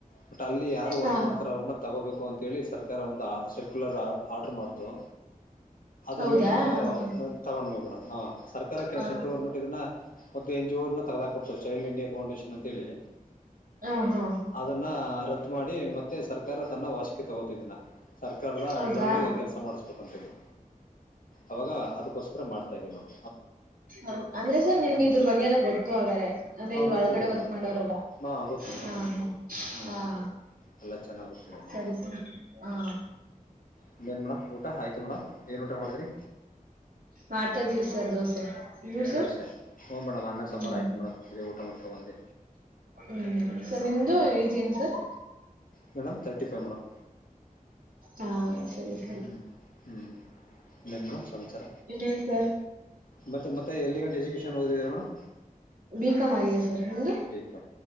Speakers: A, on the left; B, on the right.
A: ಬಟ್ ಅಲ್ಲಿ ಯಾರು ವರ್ಕ್
B: ಹಾ
A: ಮಾಡ್ತಾರ ಅವ್ರನ್ನ ತಗೋಬೇಕು ಅಂತೇಳಿ ಸರ್ಕಾರ ಒಂದು ಸೆಕ್ಯುಲರ್ ಆ ಆರ್ಡರ್ ಮಾಡ್ತಾರೆ ದ್ರ
B: ಹೌದಾ
A: ಮೇಲೆ ನಾವು
B: ಹಾ ಹಾ
A: ತಗೊಂಡವಿ ಮೇಡಮ್ ಹ ಸರ್ಕಾರಕ್ಕೆ
B: ಹಾ
A: ಸೆಂಟ್ರಲ್ ಗೌರ್ಮೆಂಟ್ ಇದನ್ನ ಮತ್ತೆ ಎಂಜೂರ್ನ ತಗದಾಕ ಕೊಡ್ತ ಚೈಲ್ಡ್ ಇಂಡಿಯಾ ಪೌಂಡೇಶನ್ ಅಂತ ಹೇಳಿ
B: ಹಾ ಹಾ.
A: ಅದನ್ನ ರದ್ದು ಮಾಡಿ ಮತ್ತೆ ಸರ್ಕಾರ ಪ್ರಕಾರ ತನ್ನ ವಾಸಕ್ಕೆ ತಗೋತಿದಿಲ್ಲ ಸರ್ಕಾರದ
B: ಹೌದಾ
A: ಅಂಡರ್ಲ್ಲಿ ಕೆಲಸ ಮಾಡಿಸಬೇಕಂತಿದವಿ ಅವಾಗ ಅದಕ್ಕೋಸ್ಕರ ಮಾಡ್ತಾ ಇದೀವಿ ಮೇಡ್
B: ಹ ಅಂದ್ರೆ ಸರ್ ನಿಮ್ಗೆ
A: ಮಾಡ್ತೀವಿ
B: ಇದ್ರ ಬಗ್ಗೆ ಎಲ್ಲ ಗೊತ್ತು ಆಗಾರೆ ದೆ
A: ಹಾಂ
B: ಒಳಗಡೆ
A: ಗೊತ್ತಿದೆ ಮೇಡಮ್
B: ವರ್ಕ್ ಮಾಡೋರಲ
A: ಹಾಂ ಗೊತ್ತು ಮೇಡಮ್
B: ಹಾ
A: ಗೊತ್ತು ಮೇಡಮ್. ಹ್ಞೂ
B: ಹಾ ಹಾ
A: ಎಲ್ಲ ಚೆನ್ನಾಗಿ ಗೊತ್ತಿದ್ದಾನೆ
B: ಸರಿ ಸರಿ ಹಾ
A: ಇನ್ನೇನು ಮೇಡಮ್ ಊಟ ಆಯಿತು ಮೇಡಮ್ ಏನು ಊಟ ಮಾಡಿದ್ರಿ
B: ಮಾಡ್ತಾದೀವಿ ಸರ್ ದೋಸೆ ಯವು ಸರ್
A: ದೋಸೆ ಹ್ಞೂ ಮೇಡಮ್ ಅನ್ನ
B: ಹ್ಮ
A: ಸಾಂಬಾರು ಆಯಿತು ಮೇಡಮ್ ಇದೇ ಊಟ ಮಾಡ್ಕೊಬಂದು
B: ಹ್ಮ ಸರ್ ನಿಮ್ದು
A: ಹ್ಞೂ
B: ಏಜ್ ಏನ್ sir
A: madam thirty five madam
B: ಹಾ ಸರಿ ಸರ್
A: ಹ್ಮ್ ಹ್ಮ್ ಏನ್ ಮೇ ಸಚರ
B: ಇನ್ನೇನ್ ಸರ್
A: ಮತ್ತೆ ಮತ್ತೆ ಎಲ್ಲಿ ಎಜುಕ ಹೋಗದದೀರಾ ಮೇಡ್
B: ಬಿಕಾಮ್ ಆಗಿದೆ ಸರ್ ನಿಮ್ದು
A: ವಲ್ಕ